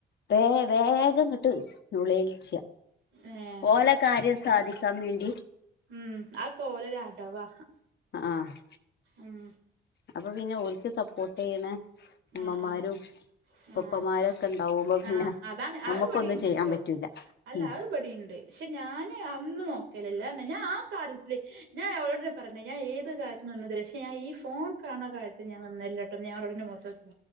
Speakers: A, on the left; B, on the right.
A: വേ വേഗങ്ങട്ട് നൊലോൽച്ച.
B: ഏഹ്
A: ഓലെ കാര്യം സാധിക്കാൻ വേണ്ടി
B: ഉം അഹക്കെ ഓലര അടവാ.
A: ആഹ്
B: ഉം
A: അപ്പ പിന്നെ ഓൽക്ക് സപ്പോർട്ട് യ്യ്ണേ ഇമ്മമാരും
B: ആഹ് ആഹ് ആഹ്
A: ഉപ്പന്മാരൊക്കെ ഇണ്ടാവുമ്പോ പിന്നെ
B: ആഹ് അതാണ്
A: നമ്മുക്കൊന്നും
B: അത് ഇവിടെയുണ്ട്ട്ടോ
A: ചെയ്യാൻ പറ്റൂല.
B: അല്ല
A: ഉം
B: അഹ്ബടിം ണ്ട് പക്ഷെ ഞാന് അന്ന് നോക്കലല്ലാ ന്ന ഞാൻ ആഹ് കാര്യത്തില് ഞാൻ അവരോട പറഞ്ഞേ ഞാൻ ഏത് കാര്യത്ത് നിന്നത് പക്ഷേ ഞാ ഈ ഫോൺ കാൻണ കാര്യത്ത് ഞാൻ നിന്നല്ലട്ടോ ഞ ഓരോടന്ന മോത്തോ